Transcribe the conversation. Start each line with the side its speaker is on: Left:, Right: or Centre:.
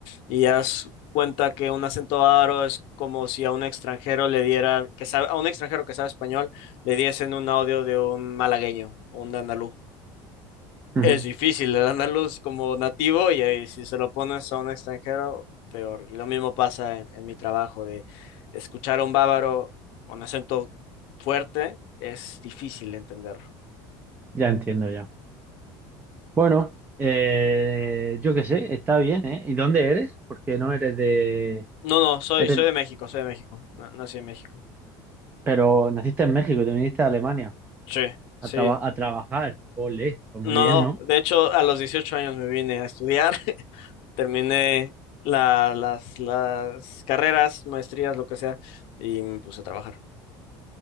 Left: Y haz cuenta que un acento bávaro es como si a un extranjero le diera, que sabe, a un extranjero que sabe español, le diesen un audio de un malagueño o un andaluz.
Right: Ujú,
Left: Es difícil el andaluz como nativo y, ahí si se lo pones a un extranjero, peor. Y lo mismo pasa en, en mi trabajo de escuchar a un bávaro con acento fuerte es difícil de entenderlo.
Right: Ya entiendo ya. Bueno, eh, yo qué sé, está bien, ¿eh? ¿Y dónde eres? Porque no eres de...
Left: No, no, soy,
Right: Eres...
Left: soy de México, soy de México, na- nací en México.
Right: Pero naciste en México y te viniste a Alemania
Left: Sí, sí.
Right: a, traba- a trabajar. Ole, pues
Left: No,
Right: muy bien,
Left: no,
Right: ¿no?
Left: de hecho a los 18 años me vine a estudiar, <laughs> terminé la- las, las carreras, maestrías, lo que sea, y me puse a trabajar.